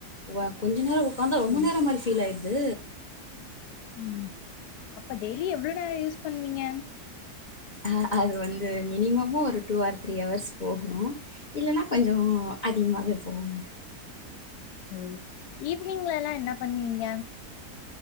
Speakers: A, on the left; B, on the left.
A: வா கொஞ்ச நேரோ உக்காந்தா
B: சோ
A: ரொம்ப நேரோ மாரி ஃபீல் ஆயிட்து
B: உம் அப்ப டெய்லி எவ்ளோ நேரோ யூஸ் பண்ணுவீங்க
A: அஹ் அது வந்து மினிமமு ஒரு டூ ஆர்ஸ் த்ரீ ஹவர்ஸ் போகுனு இல்லன்னா கொஞ்சோ அதிக்மாவே போவோங்க
B: ஓ ஈவ்னிங்லல்லா என்ன பண்ணுவீங்க